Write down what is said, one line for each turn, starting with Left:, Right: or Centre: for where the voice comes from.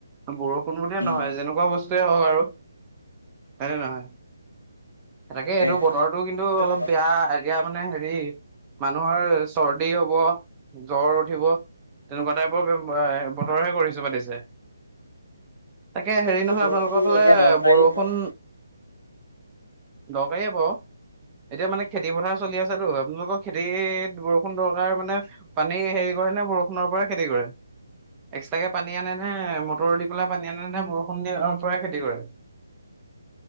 Right: বৰষুণ বুলিয়ে
Left: উম
Right: নহয়, যেনেকুৱা বস্তুৱেই হওঁক আৰু, তেনে নহয়। তাকে
Left: কৈছে
Right: এইটো বতৰটো কিন্তু,
Left: বাৰু
Right: বেয়া এতিয়া মানে হেৰি, মানুহৰ চৰ্দি হ'ব, জ্বৰ উঠিব, তেনেকুৱা টাইপৰ বতৰহে কৰিছে, পাতিছে। তাকে
Left: তথাপিও
Right: হেৰি নহয়,
Left: বৰষুণটো
Right: আপোনালোকৰ ফালে
Left: এতিয়া দৰকাৰীয়ে
Right: বৰষুণ
Left: বাৰু
Right: দৰকাৰী আকৌ, এতিয়া মানে খেতি পথাৰ চলি আছেতো আপোনালোকৰ খেতিত, বৰষুণ দৰকাৰ মানে পানী, হেৰি কৰে নে বৰষুণৰ পৰা খেতি কৰে। এক্সট্ৰাকে পানী আনে নে, মটৰৰ দি পেলায় পানী আনে নে, বৰষুণ দি পৰাই খেতি কৰে। <inaudible>